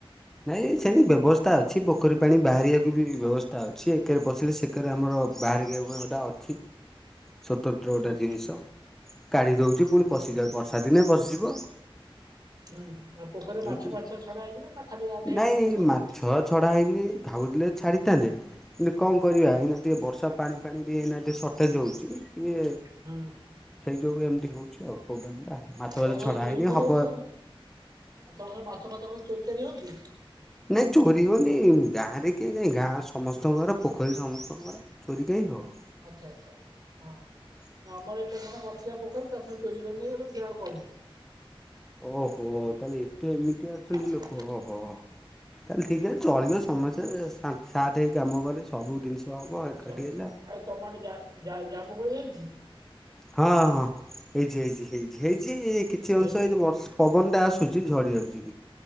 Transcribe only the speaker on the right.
ହୁଁ
ହୁଁ
ହୁଁ ଆଉ ପୋଖରୀରେ ମାଛ
ଫାଛ ଛଡା ହେଇଛି ନା ଖାଲି ଗାଧେଇବା
ପାଇଁ ବ୍ୟବହାର
ହଉଛି।
ହୁଁ
ତମ
ସାଡେ
ଚୋରି
ଫୋରି
ହଉଛି କି? ଆଉ ତମର କଁ ମାଛ ଫାଛ କଣ ଚୋରି ଚାରି ହଉଛି?
ଆଚ୍ଛା, ଆଚ୍ଛା ହଁ। ଆମର ଏଠେଇ ଜଣେ କରିଥିଲା ପୋଖରୀ। ତାର ସବୁ ଚୋରି କରି ନେଇଗଲେ ସେ ଆଉ କରିନି।
ଓହୋ
ଆଚ୍ଛା
ଆଚ୍ଛା
ତମ ଆଡେ ଜା ଜା ଜାମୁକୋଳି ହେଇଛି?
ଏଇ